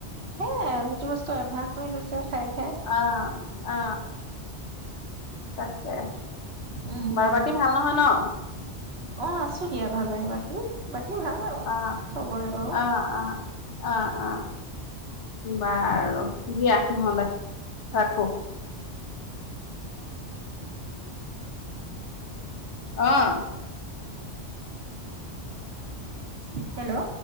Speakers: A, on the right; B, on the left.
A: হেয়াই, যিটো বছ <unintelligible> অভ্যাস কৰি লৈছে খাই খাই।
B: অ অ তাকে।
A: উম।
B: বাৰ বাকী ভাল নহয় ন? <inaudible>
A: অ আছোঁ দিয়া ভালে বাকী বা মোৰ ভাল আৰু
B: অ
A: চবৰে বাৰু।
B: অ অ অ অ বাৰু দিয়া নহলে ৰাখোঁ। অহ্
A: হেল্লো!